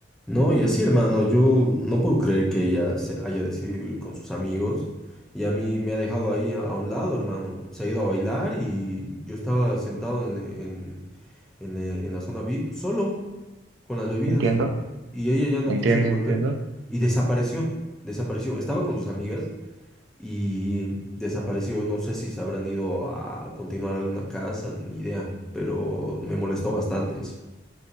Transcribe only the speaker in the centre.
No, y así, hermano, yo no puedo creer que ella se haya decidido ir con sus amigos y a mí me ha dejado ahí a, a un lado, hermano. Se ha ido a bailar y yo estaba sentado en, en, en, eh, en la zona VIP solo con las bebidas
y ella ya no
quiso volver
y desapareció, desapareció. Estaba con sus amigas y desapareció. No sé si se habrán ido a continuar alguna casa, ni idea, pero me molestó bastante eso.